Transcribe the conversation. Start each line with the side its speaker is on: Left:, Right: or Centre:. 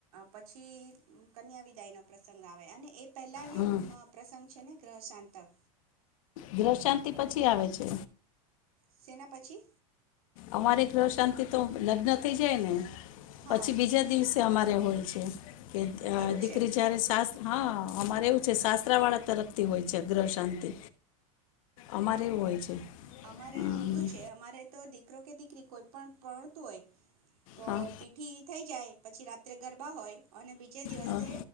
Right: પછી કન્યા વિદાયનો પ્રસંગ આવે અને એ પેલા જ
Left: હમ
Right: એક પ્રસંગ છે ને ગ્રહશાંતક.
Left: ગ્રહ શાંતિ પછી આવે છે.
Right: સેના પછી
Left: અમારે ગ્રહ શાંતિ તો લગ્ન થઇ જાય ને
Right: હા
Left: પછી બીજા દિવસે અમારે હોય છે. કે
Right: એવું
Left: દીકરી
Right: છે
Left: જારે સાસ હા અમારે એવું છે સાસરા વાળા તરફથી હોય છે ગ્રહ શાંતિ અમારે એવું
Right: ઓ
Left: હોય છે
Right: અમારે
Left: હમ
Right: ઊંધું છે અમારે તો દી દીકરો કે દીકરી કોઈ પણ પ્રણતું હોય. તો
Left: હા
Right: પીઠી થઈ જાય પછી રાત ગરબા હોય અને બીજે દિવસે
Left: હા